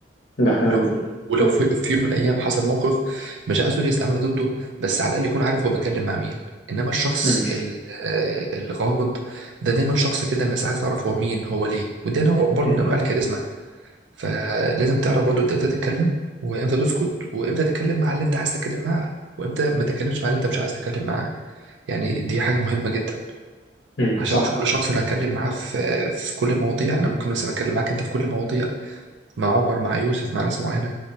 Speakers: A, on the left; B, on the right.
A: ده حقيقي
B: ولو في ولو
A: مم.
B: في, في يوم من الايام حصل موقف مش عايزه يستعمله ضده بس على الاقل يكون عارف هو بيتكلم مع مين انما الشخص
A: مم.
B: ال- آه، الغامض ده دايما شخص كده الناس عايز تعرف هو مين هو ليه وده نوع برضه
A: مم.
B: من انواع الكاريزما فلازم تعرف برضو انت امتى تتكلم وامتى تسكت وامتى تتكلم مع اللي انت عايز تتكلم معاه وامتى ما تتكلمش مع اللي انت مش عايز تتكلم معاه يعني دي حاجة مهمة جدا
A: مم.
B: عشان
A: صح
B: مش كل شخص انا هتكلم معاه في في كل المواضيع انا ممكن مثلا اتكلم معاك انت في كل المواضيع مع عمر مع يوسف مع ناس معينة